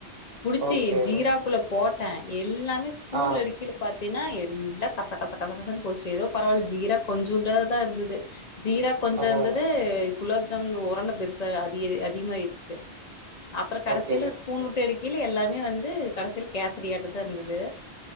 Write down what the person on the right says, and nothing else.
ஓகே.
ஆ.
அதான்,
அதான்.
ஓகே.